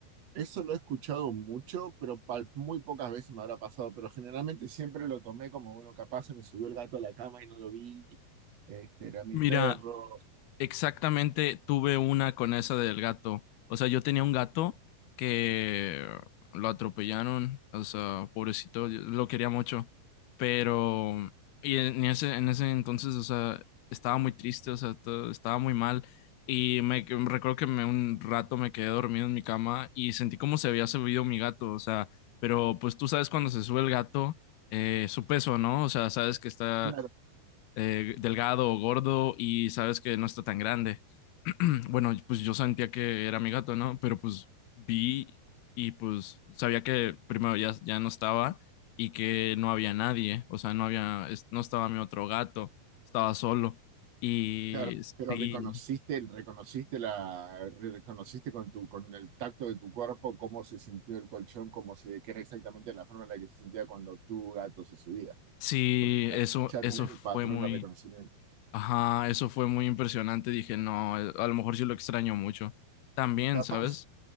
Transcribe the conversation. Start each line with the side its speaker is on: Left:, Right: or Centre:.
Right: eso lo he escuchado mucho, pero pal- muy pocas veces me habrá pasado, pero generalmente siempre lo tomé como, bueno, capaz se me subió el gato a la cama y no lo vi, este, era mi
Left: Mira,
Right: perro,
Left: Exactamente, tuve una con esa del gato. O sea, yo tenía un gato que lo atropellaron, o sea, pobrecito, yo lo quería mucho, pero y en ese en ese entonces, o sea, estaba muy triste, o sea, to- estaba muy mal y me que- recuerdo que me, un rato me quedé dormido en mi cama y sentí como se había subido mi gato, o sea, pero pues tú sabes cuando se sube el gato eh, su peso, ¿no? O sea, sabes que está
Right: Claro,
Left: eh, delgado o gordo y sabes que no está tan grande. <clears throat> Bueno, pues yo sentía que era mi gato, ¿no? Pero pues vi y pues sabía que primero ya, ya no estaba y que no había nadie, o sea, no había, es- no estaba mi otro gato, estaba solo. Y
Right: claro, pero
Left: sí,
Right: reconociste, reconociste la, reconociste con tu, con el tacto de tu cuerpo cómo se sintió el colchón, cómo se, que era exactamente la forma en la que se sentía cuando tu gato se subía,
Left: sí,
Right: porque ya,
Left: eso,
Right: ya
Left: eso
Right: tenés
Left: fue
Right: el patrón
Left: muy,
Right: de reconocimiento.
Left: ajá, eso fue muy impresionante. Dije, no, eh, a lo mejor sí lo extraño mucho. También,
Right: Capaz
Left: ¿sabes?